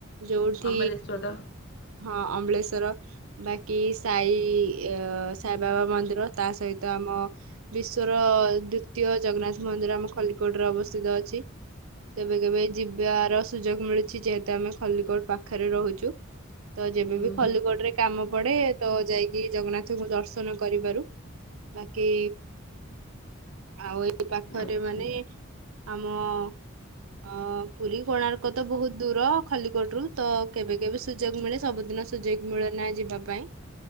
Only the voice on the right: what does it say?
ଯୋଉଠି
ହଁ ଅମ୍ବଳେଶ୍ଵର ବାକି ସାଇ ସାଇବାବା ମନ୍ଦିର ତା ସହିତ ଆମ, ବିଶ୍ଵର ଦ୍ଵିତୀୟ ଜଗନ୍ନାଥ ମନ୍ଦିର ଆମ ଖଲିକୋଟରେ ଅବସ୍ଥିତ ଅଛି। କେବେ କେବେ ଯିବାର ସୁଯୋଗ ମିଳୁଛି, ଯେହେତୁ ଆମେ ଖଲିକୋଟ ପାଖରେ ରହୁଚୁ। ତ ଯେବେବି
ଖଲିକୋଟରେ କାମ ପଡେ, ତ ଯାଇକି ଜଗନ୍ନାଥଙ୍କୁ ଦର୍ଶ ନ କରିବାରୁ ବାକି ଆଉ ଏଇ ପାଖରେ,
ମାନେ ଆମ ଅ ପୁରୀ କୋଣାର୍କ ତ ବହୁତ ଦୂର। ଖଲିକୋଟରୁ ତ କେବେ କେବେ ସୁଯୋଗ ମିଳେ, ସବୁଦିନ ସୁଯୋଗ ମିଳେ ନା ଯିବା ପାଇଁ